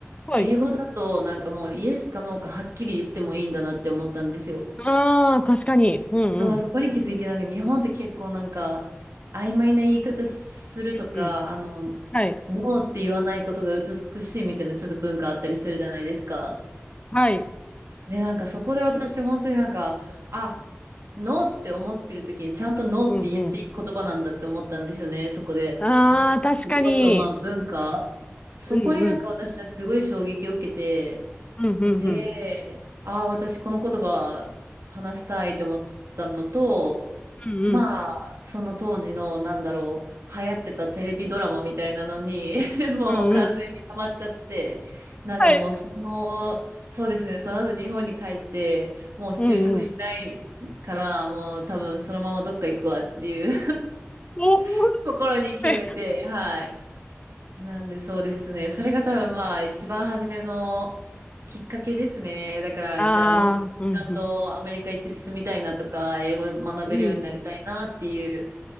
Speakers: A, on the left; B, on the right.
A: はい。
B: 英語だとなんかもうイエスかノーかはっきり言ってもいいんだなって思ったんですよ。
A: ああ、確かに。うんうん。
B: そうそこに気づいてなんか日本って結構なんか曖昧な言い方するとか、
A: うんうん。
B: あの、
A: はい。
B: ノーって言わないことが美しいみたいなちょっと文化あったりするじゃないですか。
A: はい。
B: で、なんかそこで私本当になんか、あ、ノーって思ってる時にちゃんとノーって言っていい言葉なんだって思ったんですよね、
A: うんうん。
B: そこで。
A: ああ、
B: で、
A: 確かに。
B: 言葉とまあ文化。そこになんか私はすごい衝撃を受けて、
A: うんうん。うんうんうん。
B: で、ああ、私この言葉話したいって思ったのと、
A: うんうん。
B: まあ、その当時の、なんだろう、流行ってたテレビドラマみたいなのに <laughs> もう完全にハマっちゃって、
A: うんうん。
B: なんでもう、
A: はい。
B: その、そうですね、その後日本に帰って、もう就職しないから、
A: うんうん。
B: もう多分そのままどっか行くわっていう
A: おーっ
B: <laughs> 心に決めて、
A: て
B: はい。なんでそうですね。それが多分まあ一番初めのきっかけですね。だからじゃあもうち
A: ああ、うん、
B: ゃんとアメリカ行って進みたいなとか、
A: うん、
B: 英語学べるようになりたいなっていう。
A: うん、